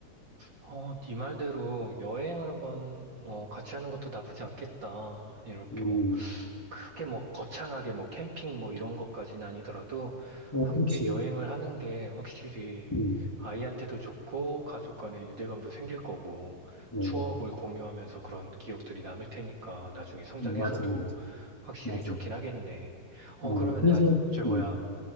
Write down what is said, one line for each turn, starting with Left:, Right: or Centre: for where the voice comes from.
Right: 어, 네 말대로 여행을 한번, 어, 같이 하는 것도 나쁘지 않겠다. 이렇게
Left: 음,
Right: 뭐. 크게 뭐 거창하게 뭐 캠핑 뭐 이런 것까지는 아니더라도
Left: 어,
Right: 함께
Left: 그렇지.
Right: 여행을 하는 게 확실히
Left: 음,
Right: 아이한테도 좋고 가족 간의 유대감도 생길 거고
Left: 어,
Right: 추억을 공유하면서 그런 기억들이 남을 테니까 나중에 성장해서도
Left: 음, 맞아, 맞아.
Right: 확실히
Left: 맞아.
Right: 좋긴 하겠네. 어,
Left: 어,
Right: 그러면
Left: 그래서,
Right: 나, 저 뭐야,
Left: 음,